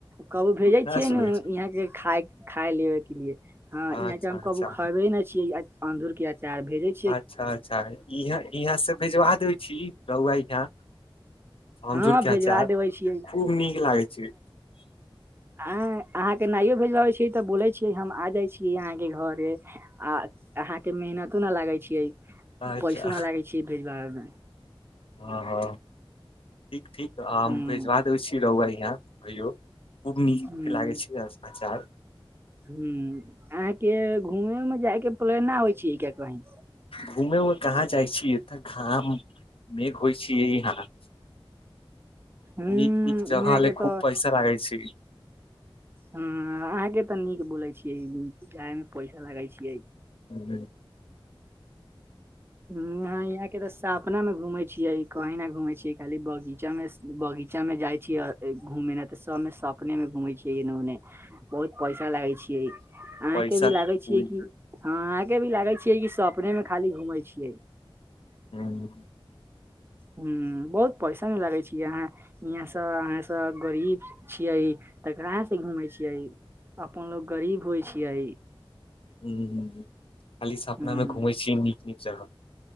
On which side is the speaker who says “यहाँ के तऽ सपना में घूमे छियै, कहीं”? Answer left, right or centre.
Right